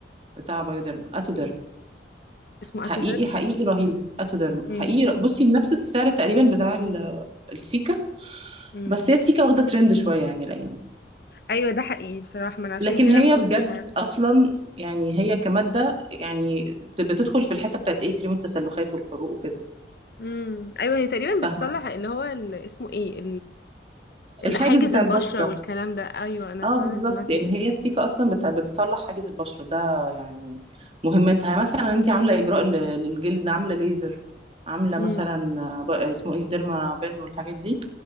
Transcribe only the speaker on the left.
اسمه
اتوداك
امم
امم
ايوه ده حقيقي بصراحه ما انا عشان
كده
ما كنتش
عارفه
امم ايوه هي تقريبا
بتصلح اللي هو اللي اسمه ايه اللي
حاجز
البشرة
والكلام ده ايوه انا
فعلا
سمعت
كده
امم